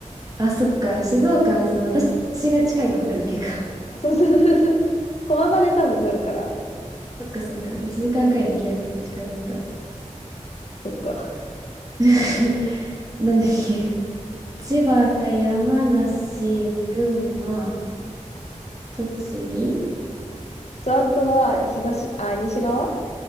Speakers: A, on the right; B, on the left.
A: あそっか、静岡はその私が近いと思ってるだけか。
B: そうそうそうそう。駒場で多分取るから。
A: <laughs> そっかそっか、1時間くらいで行けるけど近かった。
B: うん。そっか。確か
A: <laughs> なんだっけ、
B: に
A: 千葉、山梨、群馬、栃木
B: そう、あとは、東、あ、西側